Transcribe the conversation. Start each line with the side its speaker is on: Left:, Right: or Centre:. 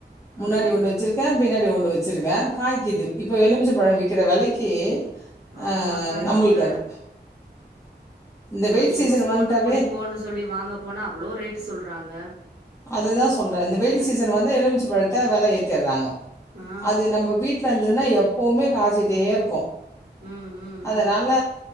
Left: முன்னாடி
Right: ஆ.
Left: ஒன்னு வச்சுருக்க பின்னாடி ஒன்னு வச்சுருக்க காய்க்குது இப்ப எலுமிச்ச பழோ விக்கிற வெலைக்கி
Right: ஆமாக்கா
Left: ஆ நம்பளுக்கு
Right: எங்க
Left: அது இந்த
Right: ஒரு
Left: வெயில்
Right: ஜூஸ்
Left: சீசன்
Right: போட்டு
Left: வந்துட்டாவே
Right: குடிப்போன்னு சொல்லி வாங்க போனா அவ்ளோ ரேட்டு் சொல்றாங்க
Left: அதுதா சொல்ற இந்த வெயில் சீசன் வந்தா எலுமிச்ச பழத்த வெல ஏத்திடுறாங்க
Right: ஆ
Left: அது நம்ம வீ ட்ல இருந்ததுன்னா எப்பவுமே காய்சிட்டே இருக்கு
Right: ம் ம்
Left: அதனால
Right: ம்